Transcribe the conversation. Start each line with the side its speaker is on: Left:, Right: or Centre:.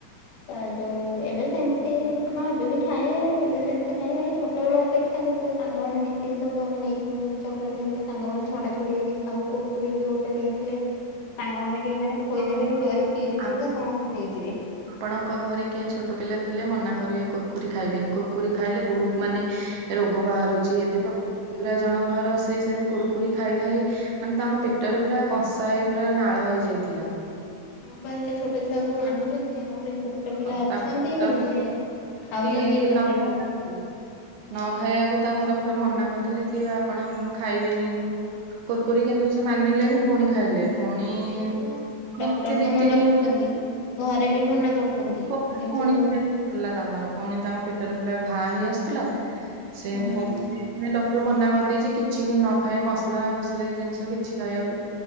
Left: ତ ଯୋଉ ଏବେ ସେମିତି ହଁ ଏବେ ବି ଖାଏ ଏବେ ସେମିତି ଖାଏ ହେଲେ ଛୋଟବେଳ ଅପେକ୍ଷା ଯେତେବେଳେ ସାଙ୍ଗମାନେ ମିଶିକି ସବୁ ଆମେ ନେଇ ହୁଁ ଚକୋଲେଟ ଧରିକ ସାଙ୍ଗମାନେ ଛଡା ଛଡି ହେଇକି ଖାଉ କୁୁରକୁରି ବି ଗୋଟେ ନେଇଥିଲେ ସାଙ୍ଗମାନେ କେହି ମାନେ ଖୋଇଦେବେନି
Right: ଆପଣଙ୍କ
Left: ଜରି ଚିରୁ ଚିରୁକା
Right: ଆପ
Left: ସମସ୍ତେ ନେଇଯିବେ।
Right: ଆପଣଙ୍କ ଘରେ କିଏ ଛୋଟ ପିଲା ଥିଲେ ମନା କରିବେ କୁରକୁରି ଖାଇବେନି କୁରକୁରି ଖାଇଲେ ବହୁତ ମାନେ ରୋଗ ବାହାରୁଚି
Left: ହଁ
Right: ଏବେ ତ ପୁତୁରା ଜଣଙ୍କର ସେ ସେମିତି କୁୁରକୁରି ଖାଇ ଖାଇ ମାନେ ତାଙ୍କ ପେଟରେ ପୁରା କଂସା ହେଇ ପୁରା ନାଳ ହେଇଯାଇଥିଲା।
Left: ହଁ ବା ହେଲେ ଛୋଟ ଛୁଆ କ ମାନୁଚନ୍ତି ଆମ ଘରେ ଛୋଟ ପିଲା
Right: ଆଉ
Left: ଅଛନ୍ତି
Right: ତାଙ୍କୁ ଡକ୍ଟର
Left: ହେଲେ ଖାଉଚନ୍ତି
Right: କି
Left: ଚକଲେଟ
Right: ନ ଖାଇବାକୁ
Left: କୁରକୁରି
Right: ନ ଖାଇବାକୁ ତାଙ୍କୁ ଡକ୍ଟର ମନା କରିଥିଲେ କି ଆପଣ ଖାଇବେନି ଯୋଉ କୁରକୁରି କିନ୍ତୁ ସେ ମାନିଲେନି ଫୁଣି ଖାଇଲେ ଫୁଣି।
Left: ସେଇଆ ପା
Right: <unintelligible>
Left: ଡକ୍ଟର ତ ମନା କରୁଛନ୍ତି ଘରେ ବି ମନା କରୁଚନ୍ତି
Right: ଦିନ ପରେ
Left: କିନ୍ତୁ
Right: ପୁଣି ହେଲା ତାଙ୍କର ଫୁଣି ତାଙ୍କ ପେଟରେ ପୁରା ଘା ହେଇ ଆସୁଥିଲା ସେ
Left: ହୁଁ
Right: ଫୋ ଡକ୍ଟର ମନା କରିଦେଇ ଯେ କି କିଛି କି ନ ଖାଇବା ମସଲା ମସଲି ଜିନିଷ କିଛି ଖାଇବାକୁ